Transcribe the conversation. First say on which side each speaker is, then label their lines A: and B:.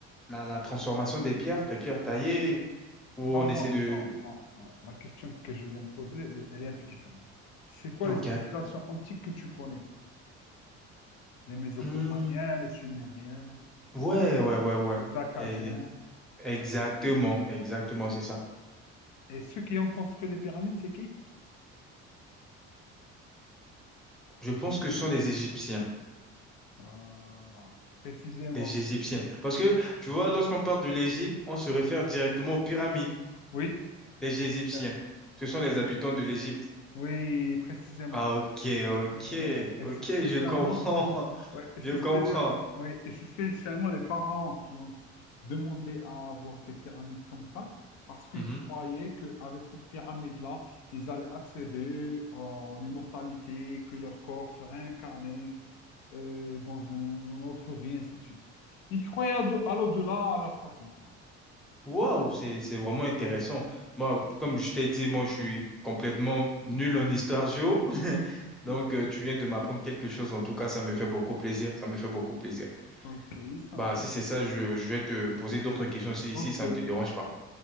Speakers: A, in the centre; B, on the left.
A: la, la transformation des pierres, les pierres taillées, où
B: non,
A: on
B: non,
A: essaie de...
B: non, non, non. Ma question que je viens de poser, elle, est elle est un peu différente. C'est quoi
A: Ok.
B: les civilisations antiques que tu connais? Les Mésopotamiens,
A: Hmm.
B: les Sumériens,
A: Ouais, ouais, ouais, ouais.
B: les Akkadiens.
A: Et les- Exactement, exactement, c'est ça.
B: Et ceux qui ont construit les pyramides, c'est qui?
A: Je pense que ce sont des Égyptiens,
B: Voilà, précisément.
A: des Égyptiens.
B: C'est-
A: Parce que, tu vois, lorsqu'on parle de l'Égypte, on se réfère directement aux pyramides,
B: Oui,
A: les Égyptiens.
B: c'est clair,
A: Ce sont les
B: c'est
A: habitants
B: clair.
A: de l'Égypte.
B: Oui, précisément,
A: Ah, ok, ok,
B: précisément. Et
A: ok,
B: c'est spécialement
A: je comprends, <laughs>
B: Ouais, et c'est
A: je comprends.
B: spé- ouais, et c'est spécialement les pharaons qui ont demandé à avoir des pyramides comme ça, parce qu'ils
A: Mhm.
B: croyaient qu'avec cette pyramide-là, ils allaient accéder à l'immortalité, que leur corps serait incarné euh, dans un- une autre vie, ainsi de suite. Ils croyaient à, de- à l'au-delà à leur façon, quoi.
A: Waouh, c'est c'est vraiment intéressant. Moi, comme je t'ai dit, moi je suis complètement nul en histoire géo. <laughs> Donc
B: Ok,
A: euh, tu viens de m'apprendre quelque chose. En tout cas, ça me fait beaucoup plaisir. Ça me fait beaucoup plaisir.
B: ok, ça
A: Bah
B: va.
A: si c'est ça, je, je vais te poser d'autres questions si,
B: Ok,
A: si ça ne te dérange pas.